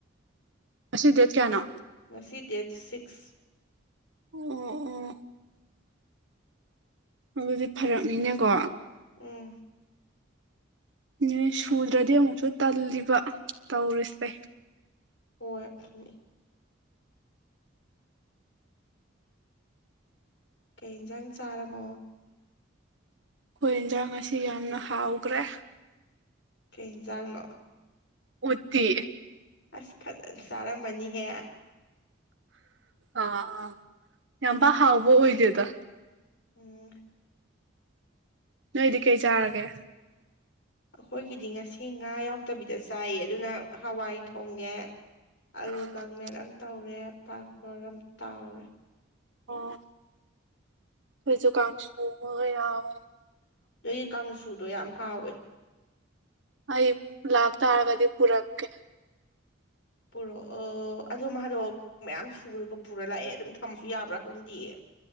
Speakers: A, on the right; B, on the left.
A: ꯑꯁꯤꯗ ꯀꯌꯥꯅꯣ
B: ꯑꯁꯤ ꯗꯦꯠ ꯁꯤꯛꯁ
A: ꯎꯝ ꯎꯝ ꯑꯗꯨꯗꯤ ꯐꯔꯛꯅꯤꯅꯦꯀꯣ
B: ꯎꯝ
A: ꯅ ꯁꯨꯗ꯭ꯔꯗꯤ ꯑꯃꯨꯛꯁꯨ ꯇꯜꯂꯤꯕ ꯇꯧꯔꯤꯁꯦ
B: ꯍꯣꯏꯅꯤ ꯀꯩ ꯌꯦꯟꯁꯥꯡ ꯆꯥꯔꯝꯃꯣ
A: ꯑꯩꯈꯣꯏ ꯌꯦꯟꯁꯥꯡ ꯑꯁꯤ ꯌꯥꯝꯅ ꯍꯥꯎꯈ꯭ꯔꯦ
B: ꯀꯩ ꯑꯦꯟꯖꯥꯡ ꯅꯣ
A: ꯎꯠꯇꯤ
B: ꯑ ꯐꯖꯅ ꯆꯥꯔꯝꯃꯅꯤꯍꯦ
A: ꯑꯥ ꯑꯥ ꯌꯥꯝꯕ ꯍꯥꯎꯕ ꯑꯣꯏꯗꯦꯗ
B: ꯎꯝ
A: ꯅꯣꯏꯗꯤ ꯀꯩ ꯆꯥꯔꯒꯦ
B: ꯑꯩꯈꯣꯏꯒꯤꯗꯤ ꯉꯁꯤ ꯉꯥ ꯌꯥꯎꯗꯕꯤꯗ ꯆꯥꯏꯌꯦ ꯑꯗꯨꯅ ꯍꯋꯥꯏ ꯊꯣꯡꯉꯦ ꯑꯂꯨ
A: ꯑꯣ
B: ꯀꯥꯡꯃꯦꯠ ꯑꯃ ꯇꯧꯔꯦ ꯄꯥꯐꯔ ꯑꯃ ꯇꯥꯎꯔꯦ
A: ꯑꯣ ꯑꯩꯈꯣꯏꯁꯨ ꯀꯥꯡ ꯁꯨꯕꯒ ꯌꯥ ꯑꯣꯏꯋꯦ
B: ꯅꯒꯤ ꯀꯥꯡꯁꯨꯗꯣ ꯌꯥꯝ ꯍꯥꯎꯋꯦ
A: ꯑꯩ ꯂꯥꯛꯇꯥ ꯍꯥꯏꯔꯕꯗꯤ ꯄꯔꯛ ꯀꯦ
B: ꯄꯨꯔꯛ ꯑ ꯑꯗꯣ ꯃꯥꯗꯣ ꯃꯌꯥꯝ ꯁꯨꯔꯒ ꯄꯨꯔ ꯂꯥꯛꯑꯦ ꯑꯗꯨꯝ ꯊꯝꯕꯁꯨ ꯌꯥꯕ꯭ꯔꯥ ꯈꯪꯗꯦꯌꯦ